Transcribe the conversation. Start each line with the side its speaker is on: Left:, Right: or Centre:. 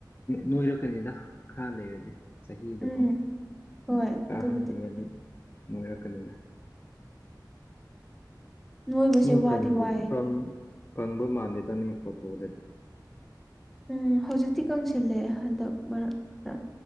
Left: ꯅꯣꯏꯔꯛꯀꯅꯤꯗ ꯈꯔ ꯂꯩꯔꯗꯤ ꯆꯍꯤꯗꯀꯣ
Centre: ꯎꯝ ꯍꯣꯏ
Left: ꯈꯔ
Centre: ꯑꯗꯨꯕꯨꯗꯤ
Left: ꯍꯅꯨꯔꯗꯤ ꯅꯣꯏꯔꯛꯀꯅꯤꯗ
Centre: ꯅꯣꯏꯕꯁꯦ
Left: <unintelligible>
Centre: ꯋꯥꯗꯤ
Left: ꯀꯪ
Centre: ꯋꯥꯏꯌꯦ
Left: ꯀꯪꯕ ꯃꯥꯟꯗꯦꯗ ꯅꯪꯒꯤ ꯐꯣꯇꯣꯗꯗꯤ
Centre: ꯎꯝ ꯍꯧꯖꯤꯛꯇꯤ ꯀꯪꯁꯤꯜꯂꯦ ꯍꯟꯗꯛ ꯃꯔꯛ ꯈꯔ